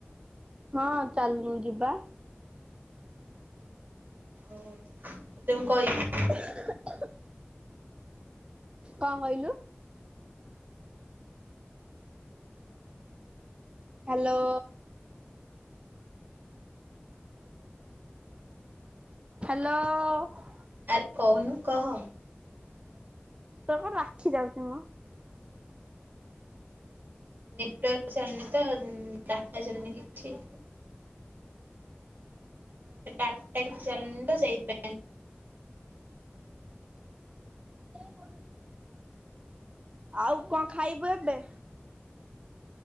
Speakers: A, on the right; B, on the right.
A: ହଁ ଚାଲନୁ ଯିବା।
B: ଓ ତତେ ମୁଁ କହିବି।
A: କଣ କହିଲୁ? ହ୍ୟାଲୋ ହ୍ୟାଲୋ
B: ଆରେ କହୁନୁ କହ।
A: ତ କଣ ରାଖି ଯାଉଛି ମ।
B: ନେଟୱାର୍କ ଚାଲୁନି ତ ଡାଟା ଚାଲିନି କିଛି। ଡାଟା କିଛି ଚାଲୁନି ତ ସେଇଥିପାଇଁ
A: <inaudible> ଆଉ କଣ ଖାଇବୁ ଏବେ?